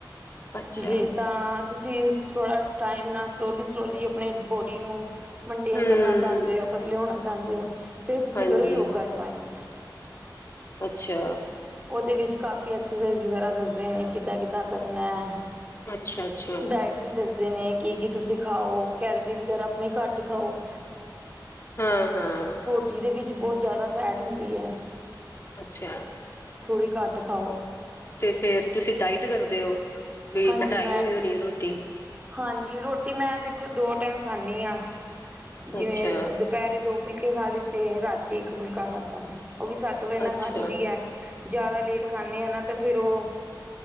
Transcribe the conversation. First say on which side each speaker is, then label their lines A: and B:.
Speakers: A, on the left; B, on the right.
A: ਅੱਛਾ
B: ਜੇ ਤਾਂ ਤੁਸੀਂ ਥੋੜ੍ਹਾ ਟਾਈਮ ਨਾਲ ਸਲੋਲੀ ਸਲੋਲੀ ਅਪਣੇ ਬੋਡੀ ਨੂੰ ਮੇਨਟੇਨ
A: ਹੂੰ
B: ਕਰਨਾ ਤਾਂ ਪਤਲੇ ਹੋਣਾ ਚਾਹੁੰਦੇ ਹੋ, ਫੇਰ ਤੁਸੀਂ
A: ਹਾਂਜੀ
B: ਕਰੋ ਯੋਗਾ ਜੌਇਨ।
A: ਅੱਛਾ।
B: ਓਦੇ ਵਿੱਚ ਕਾਫੀ ਐਕਸਰਸਾਈਜ਼ ਵਗੈਰਾ ਦਸਦੇ ਨੇ ਕਿੱਦਾਂ- ਕਿੱਦਾਂ ਕਰਨਾ ਹੈ।
A: ਅੱਛਾ, ਅੱਛਾ।
B: ਡਾਇਟ ਵੀ ਦੱਸਦੇ ਨੇ ਕੀ ਕੀ ਤੁਸੀਂ ਖਾਓ, ਕੈਲਰੀ ਵਗੈਰਾ ਅਪਣੀ ਘੱਟ ਖਾਓ।
A: ਹਾਂ ਹਾਂ।
B: ਟੀ ਦੇ ਵਿੱਚ ਬੌਤ ਜਿਆਦਾ ਫੈਟ ਹੁੰਦੀ ਐ।
A: ਅੱਛਾ।
B: ਥੋੜ੍ਹੀ ਘੱਟ ਖਾਓ।
A: ਤੇ ਫੇਰ ਤੁਸੀਂ ਡਾਇਟ ਕਰਦੇ ਹੋ? ਬੀ
B: ਹਾਂਜੀ
A: ਕਟਾਈ
B: ਮੈਂ
A: ਹੋਈ ਹੋਣੀ ਏ ਰੋਟੀ?
B: ਹਾਂਜੀ, ਰੋਟੀ ਮੈਂ ਦੇਖੋ ਦੋ ਟੈਮ ਖਾਂਦੀ ਆਂ। ਜਿਵੇਂ
A: ਅੱਛਾ
B: ਦੁਪੈਰੇ ਦੋ ਫੁਲਕੇ ਖਾ ਲਿੱਤੇ, ਰਾਤੀ ਇੱਕ ਫੁਲਕਾ ਖਾਧਾ, ਓਹ ਵੀ ਸੱਤ ਵਜੇ ਨਾਲ
A: ਅੱਛਾ
B: ਖਾਲੀ ਦੀ ਐ। ਜ਼ਿਆਦਾ ਲੇਟ ਖਾਂਦੇ ਹਾਂ ਨਾ ਤਾਂ ਫੇਰ ਉਹ